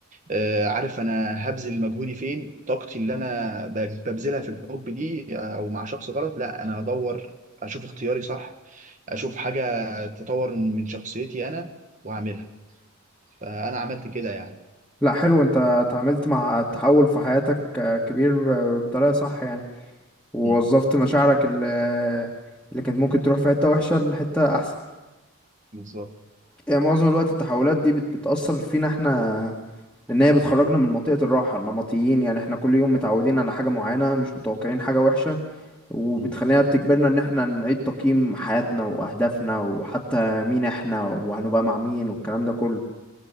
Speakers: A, on the right (about 35°); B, in the centre.
A: آه، عارف انا هبذل مجهودي فين طاقتي اللي انا ب- ببذلها في الحب دي او مع شخص غلط لا انا هدور اشوف اختياري صح اشوف حاجه تطور من شخصيتي انا واعملها فانا عملت كده يعني
B: لا حلو انت اتعاملت مع التحول في حياتك آه، كبير ب- بطريقة صح يعني ووظفت
A: مم.
B: مشاعرك اللي, اللي كانت ممكن تروح في حتة وحشة لحتة احسن
A: بالظبط
B: يعني معظم الوقت التحولات دي بت- بتأثر فينا احنا لان هي بتخرجنا من منطقة الراحة النمطيين يعني احنا كل يوم متعودين على حاجة معينة مش متوقعين حاجة وحشة وبتخلينا
A: مم.
B: بتجبرنا ان احنا نعيد تقييم حياتنا واهدافنا وحتى مين احنا وهنبقى مع مين والكلام ده كله